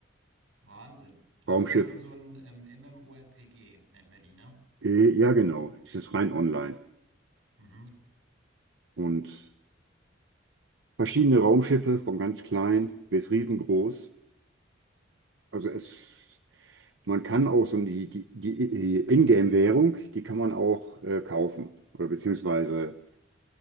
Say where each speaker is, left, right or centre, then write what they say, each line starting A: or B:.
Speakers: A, on the right (about 85°); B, on the right (about 65°).
A: Wahnsinn. Also
B: Raumschiff,
A: es ist so ein, so ein ähm, MMORPG, nennt man die, ne?
B: äh, ja genau, es ist rein online.
A: Mhm.
B: Und verschiedene Raumschiffe, von ganz klein bis riesengroß. Also es, man kann auch so die, die, die Ingame-Währung, die kann man auch äh, kaufen. Oder beziehungsweise